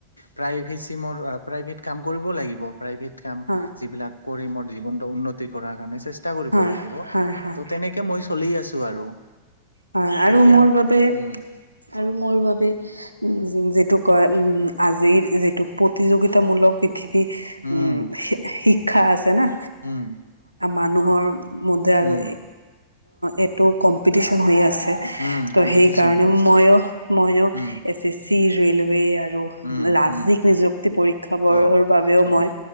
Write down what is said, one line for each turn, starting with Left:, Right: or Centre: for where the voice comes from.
Left: প্ৰাইভেচি মোৰ প্ৰাইভেট কাম কৰিব লাগিব। প্ৰাইভেট কাম
Right: হয়
Left: যিবিলাক কৰি মোৰ জীৱনটো উন্নতি কৰাৰ কাৰণে চেষ্টা চেষ্টা কৰিব
Right: হয়
Left: লাগিব
Right: হয় হয়
Left: ত' তেনেকে মই চলি আছো আৰু।
Right: হয় আৰু
Left: এতিয়া
Right: মোৰ বাবে
Left: উম
Right: আৰু মোৰ বাবে উম, যিটো কয় উম, আজিৰ যিটো প্ৰতিযোগিতামূলক পৃথিৱী
Left: উম
Right: শি শি শিক্ষা আছে না
Left: উম
Right: মানুহৰ মতে আৰু
Left: উম
Right: এইটো কম্পিতেশন হৈয়ে আছে।
Left: উম
Right: ত'
Left: কম্পিটিচন
Right: সেইকাৰণেও
Left: হৈ আছে
Right: মই ময়ো
Left: উম
Right: এছ এছ চি ৰেলৱে আৰু
Left: উম
Right: লাজিক
Left: উম
Right: নিযুক্তি পৰীক্ষা বোৰৰ
Left: অ
Right: বাবেও
Left: অ
Right: মই